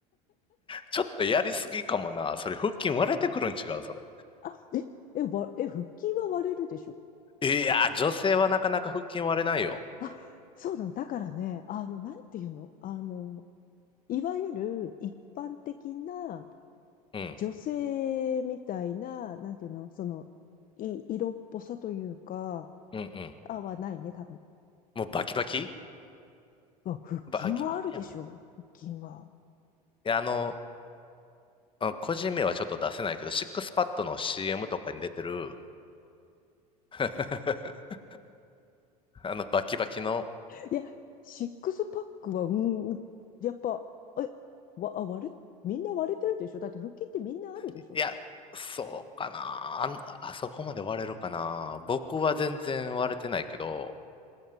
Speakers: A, on the left; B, on the left.
A: ちょっとやりすぎかもな。それ、腹筋割れてくるん違う、それ。
B: あ、え、え、わ、え、腹筋は割れるでしょ。
A: いやー、女性はなかなか腹筋割れないよ。
B: あ、そうなの。だからね、あの、なんていうのあの、いわゆる一般的な
A: うん。
B: 女性みたいな、なんていうのその、い、色っぽさというか、
A: うんうん。
B: あ、はないね、多分。
A: もうバキバキ
B: うわ、腹筋はあるでしょ腹筋は。
A: バキマニアム。いや、あの、うん個人名はちょっと出せないけど、シックスパッドの CM とかに出てる、<laughs> あのバキバキの、
B: いや、シックスパックは、うん、やっぱ、え、わ、あ、割れ、みんな割れてるでしょだって腹筋ってみんなあるでしょ
A: いや、そうかな。あん、あそこまで割れるかな。僕は全然割れてないけど、